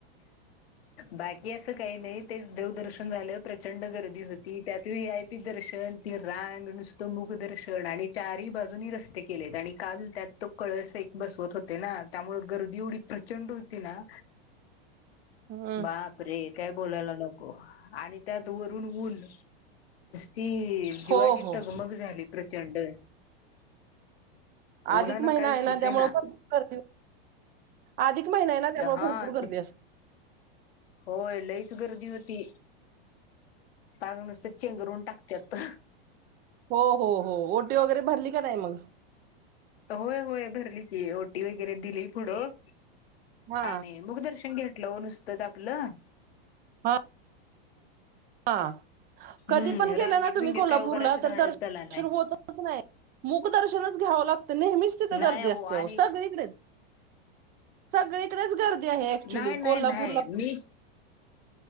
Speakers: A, on the left (about 85°); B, on the right (about 30°).
A: बाकी अस- असं काही नाही तेच देवदर्शन झालं. प्रचंड गर्दी होती त्यात व्ही आय पी दर्शन ती रांग नुसतं मुख दर्शन आणि चारही बाजूनी रस्ते केलेत आणि काल त्यात तो कळस एक बसवत होते ना त्यामुळे गर्दी एवढी प्रचंड होती ना-
B: हम्म
A: बापरे काय- बोलायला नको आणि त्यात वरून ऊन- ती जीवाची
B: हो हो
A: तगमग झाली. प्रचंड- उन्हानं
B: अधिक महिनाय
A: काय सुचे
B: ना त्यामुळे भरपूर गर्दी अधिक महिनाय ना त्यामुळे
A: हा
B: भरपूर गर्दी
A: ते
B: असते.
A: होय लईच गर्दी होती. पाग नुस चेंगरून टाकत्यात.
B: हो हो हो ओटी वगैरे भरली का नाही मग.
A: होय होय भरली की ओटी वगैरे दिली पुढं.
B: हा
A: आणि मुखदर्शन घे लंव नुसतच आपलं.
B: हा हा
A: हम्म
B: कधी पण गेला
A: रांगेत
B: ना तुम्ही
A: बिंगेत
B: कोल्हापूरला
A: काय उभारायचं
B: तर
A: धाडच
B: दर्शन
A: झाला नाही
B: होतच नाही मूक दर्शनच घ्यावं लागत. नेहमीच तिंथ
A: नाही
B: गर्दी असते अहो
A: आणि
B: सगळीकडेच. सगळे डेच गर्दी आहे ऍक्च्युली
A: नाही नाही
B: कोल्हापूरला
A: नाही मी